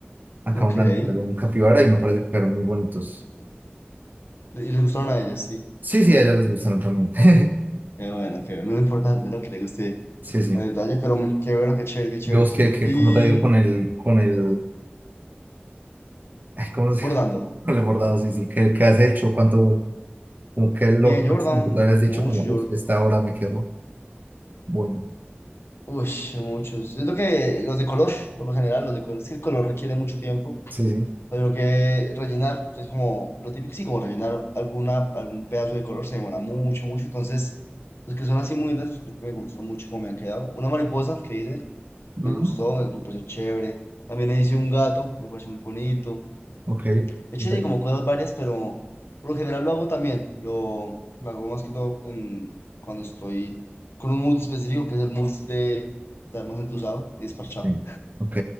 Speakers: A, on the right; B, on the left.
A: Acá
B: Ok.
A: una
B: Y
A: de un capibara y me parece que fueron muy bonitos.
B: les gustaron a ellas, sí.
A: Sí, sí, a ellas les gustaron también. <laughs>
B: Qué bueno, qué bueno. Lo importante, ¿no? Que les guste
A: Sí, sí.
B: el detalle, pero mm, qué bueno, qué chévere, qué chévere.
A: Yo busqué que,
B: Y
A: como te digo, con el, con el, ay, ¿cómo se
B: bordando.
A: <laughs> con el bordado? Sí, sí, ¿qué, qué has hecho? ¿Cuánto, como qué es lo
B: Bien,
A: máximo
B: yo bordaba
A: que te habías dicho?
B: mucho,
A: Como,
B: yo
A: uff, esta hora me quedó. Bueno,
B: Uy, muchos. Siento que los de color, por lo general, los de color, es que el color requiere mucho tiempo.
A: sí, sí.
B: Pero que rellenar, es como lo típico, sí, como rellenar alguna, algún pedazo de color se demora mucho, mucho. Entonces, los que son así muy intensos, creo que me gustó mucho cómo me han quedado. Una mariposa que hice, me
A: Mm,
B: gustó, me, me pareció chévere. También le hice un gato, me pareció muy bonito.
A: ok,
B: De hecho,
A: Pero,
B: sí, como cosas varias, pero por lo general lo hago también. Lo, lo hago más que todo en- cuando estoy con un mood específico, que es el mood de estar más entusado y desparchado.
A: sí, ok.